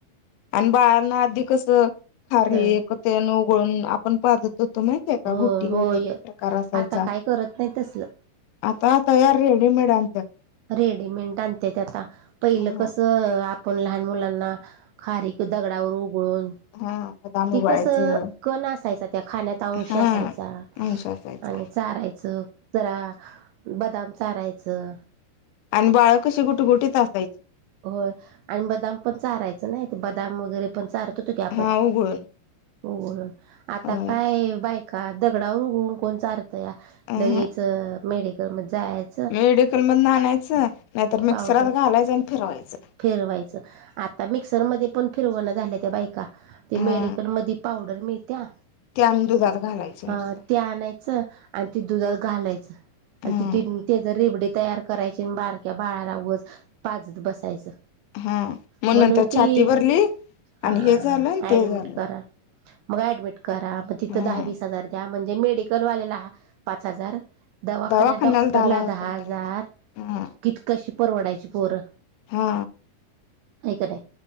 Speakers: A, on the left (about 80°); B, on the right (about 80°).
A: आणि बाळाना आधी कस खार
B: तर
A: हे. तेन उघळून आपण पाजत होतो नाय. ते का
B: हो
A: गुट्टी वगैरे
B: होय
A: प्रकार असायचा.
B: आता काय करत नाही तसल
A: आता तयार रेडीमेड आणत्यात.
B: रेडीमेंट आणते त्या आता पहिलं
A: हा
B: कसं आप ''--'' पण लहान मुलांना खारीक दगडावर उघळून.
A: हा बदाम
B: ती
A: उगाळायचं
B: कस कणा असायचा त्या खाण्यातचा अंश
A: हा
B: असायचा.
A: अंश असायचा
B: आणि चारायचं जरा बदाम चारायचं.
A: आणि बाळ कशी कुटगुटीत असायची.
B: होय आणि बदाम पण चारायचं नाही ते बदाम वगैरे पण चारत होतो की आपण.
A: हा उघळून
B: उघळून आता
A: होय
B: काय बायका दगडावर उघडून कोण चार. तया
A: अ
B: लगेच
A: ह
B: मेडिकल जाया ''--''
A: मेडिकल मदन आणायचं नाहीतर
B: पावडर
A: मिक्सरात घालायचं आणि फिरवायचं.
B: फिरवायचं आता मिक्सरमध्ये पण फिरवणं झाल्या त्या बायका ते
A: हा
B: मेडिकलमध्ये. पावडर मिळत्या.
A: ते आणं दुधात घालायचं नुसतं
B: अ ते आणायचं आणि ते दुधात घालायचं आणि
A: हा
B: ती ते त्याज रेबडी तयार करायची अनं बारक्या बाळाला उगच देत बसायचं
A: हा मग
B: म्हणून
A: नंतर
B: ती
A: छाती भरली
B: हा
A: आणि हे झालं आणि ते
B: ऍडमिट
A: झालं
B: करा मग ऍडमिट करा म तिथं
A: हा
B: दहा वीस हजार द्या म्ह ते मेडिकल वालेला पाच हजार दवाखान्यात
A: दवाखान्याला
B: डॉक्टरला दहा
A: पंधरा
B: हजार
A: हा
B: कित कशी परवडायची पोर
A: हा
B: हाय का ते